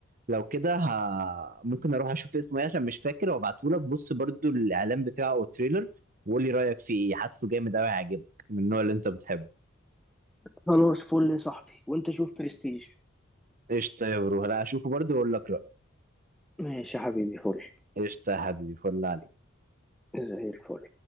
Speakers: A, on the right; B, in the centre.
A: لو كده ه... ممكن اروح اشوف اسمه ايه عشان مش فاكر وابعته لك بص برضو الاعلان بتاعه او التريلر وقول لي رايك فيه ايه حاسه جامد قوي هيعجبك من النوع اللي انت بتحبه
B: خلاص فل يا صاحبي وانت شوف برستيج
A: قشطه يا برو هلا اشوفه برضو واقول لك رايي
B: ماشي يا حبيبي فل
A: قشطه يا حبيبي فل عليك
B: زي الفل